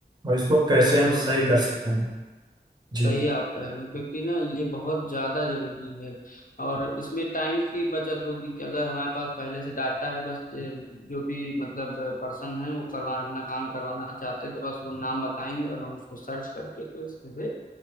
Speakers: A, on the right; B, on the left.
A: और इसको कैसे
B: बिल्कुल
A: हम सही
B: बिल्कुल
A: कर सकते हैं जी
B: सही आप कह रहे हैं क्योंकि ना ये बहुत ज्यादा जरूरी है और इसमें टाइम की बचत होगी कि अगर हमारे पास पहले से डाटा है बस ए, जो भी मतलब पर्सन है वो करवा अपना काम करवाना चाहते हैं तो बस वो नाम बताएंगे और हम उसको सर्च करके जो सीधे